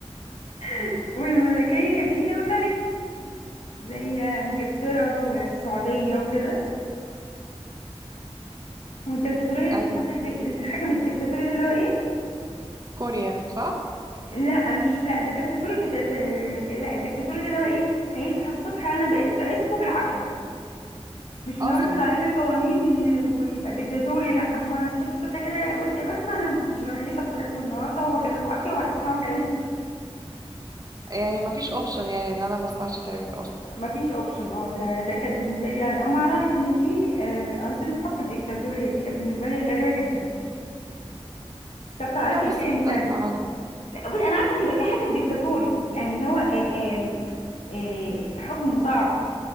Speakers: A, on the right; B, on the left.
A: امم
B: <laughs> والملكية دي اللي هو الملك زي انجلترا والسعودية وكده والديكتاتورية
A: ايوه
B: دي الحكم الديكتاتوري ده اللي هو ايه
A: كوريا صح
B: لا مش لا ده الدكتاتوري في, في لا الدكتاتوري ده اللي هو ايه هيصحى الصبح انا بقيت رئيسكم بالعافيه مش
A: اصلا
B: ان هو يفرض عليك القوانين ويبقى ديكتاتوري لا هو انا صحيت الصبح كده بصي يا بسمه انا الرئيسه بتاعتكم النهارده هو كده بالعافيه وهتسمعوا كلامي <laughs>
A: يعني ما فيش اوبشن يعني ان انا ما اسمعش كلامك اصلا
B: مفيش اوبشن اه ده ده كانت بالنسبه لي انا اول ما اعرف ان في آه، انظمه حكم الديكتاتوريه دي كانت بالنسبه لي غريبه جدا طب تعرفي
A: لا بس
B: ايه تاني
A: كنت
B: طيب
A: اسمع عنه
B: لا بصي انا عارفه ان يبقى في حاكم ديكتاتوري يعني ان هو آه، آم، آه، حكمه صعب